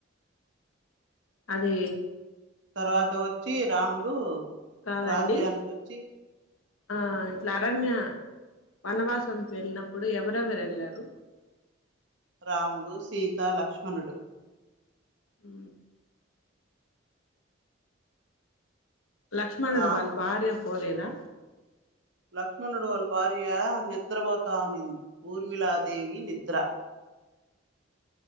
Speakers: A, on the left; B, on the right.
A: అదే
B: తర్వాత వచ్చి రాముడు
A: కాదండి
B: రాజ్యానికి వచ్చి
A: ఆ ఇట్లా అరణ్య వనవాసంకి వెళ్ళినప్పుడు ఎవరెవరు వెళ్ళారు
B: రాముడు సీత లక్ష్మణుడు
A: అ లక్ష్మణుడు
B: రాముడు
A: వాళ్ళ భార్య పోలేదా
B: లక్ష్మణుడు వాళ్ళ భార్య నిద్రపోతానింది ఊర్మిళ దేవి నిద్ర